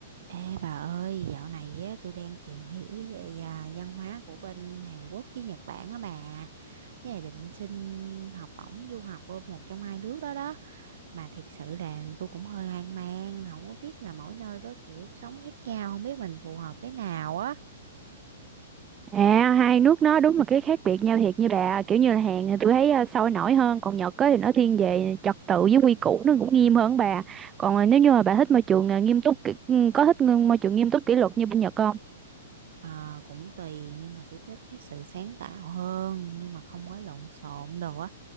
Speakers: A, on the right; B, on the right.
A: Ê bà ơi, dạo này á, tôi đang tìm hiểu về à, văn hóa của bên Hàn Quốc với Nhật Bản á bà. Với lại định xin học bổng du học ở một trong hai nước đó đó. Mà thiệt sự là tôi cũng hơi hoang mang, không có biết là mỗi nơi có kiểu sống khác nhau, không biết mình phù hợp cái nào á.
B: À, hai nước nó đúng là cái khác biệt nhau thiệt như bà kiểu như là Hàn thì tôi thấy ờ, sôi nổi hơn còn Nhật á thì nó thiên về trật tự với quy củ nó cũng nghiêm hơn bà còn ờ, nếu như mà bà thích môi trường ờ, nghiêm túc kỷ- ừ, có thích ng- môi trường nghiêm túc kỷ luật như bên Nhật không
A: Ờ, cũng tùy nhưng mà tôi thích cái sự sáng tạo hơn nhưng mà không có lộn xộn đồ á